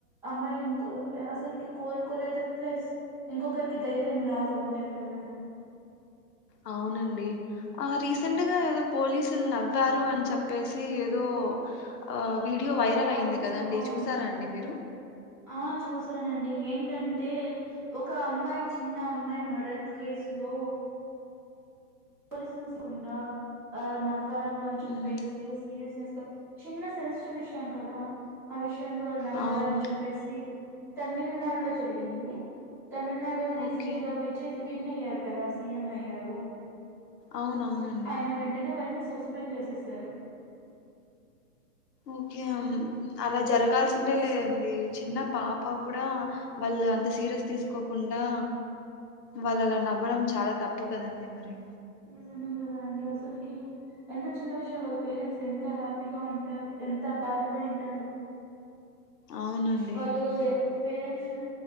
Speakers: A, in the centre; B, on the left (about 90°).
A: అమ్మాయి ఇంకో అసలకి కోలుకోలేదు ప్లస్ ఇంకొకరికి ధైర్యం రాదు ఒంటరిగా వెళ్ళడం.
B: అవునండి ఆ రీసెంట్ గా ఎదొ పోలీసులు నవ్వారు అని చెప్పేసీ ఏదో ఆ వీడియో వైరల్
A: అవును
B: అయింది కదండి
A: అవును
B: చూసారా అండి మీరు
A: ఆ చూసానండి ఏంటంటే ఒక అమ్మాయి చిన్న అమ్మాయి మర్డర్ కేసు లో పోలీస్ సూసుకుండా ఆ నవ్ వ్వారు అని చెప్పేసి
B: మ్మ్.
A: సీరియస్నెస్ చిన్న సెన్సిటివ్ విషయం కదా ఆ విష <inaudible> వాళ్ళు నవ్వారు
B: అవును
A: అని చెప్పేసి తమిళనాడు లో జరిగిందీ. తమిళనాడు రీసెంట్
B: ఓకే
A: గా విజయ్ విన్ అయ్యారు కదా సీఎం అయ్యారు.
B: అవునవునండి
A: అయిన వెంటనే వాడిని సస్పెండ్ చేసేసారు.
B: ఓకే అలా జరగాల్సి సిందే లేదండి. చిన్న పాప కూడా వాళ్ళు అంత సీరయస్ తీసుకోకుండా, వాళ్ళు అలా నవ్వడం చాలా తప్పు కదండి మరి.
A: నిజమ కదా అండి అసలుకి ఎంత చిన్న విషయం వాళ్ళ పేరెంట్స్ ఎంత హ్యాపీగా ఉంటారు ఎంత బాధపడింటారు
B: అవునండి
A: వాళ్ళు పేరెంట్స్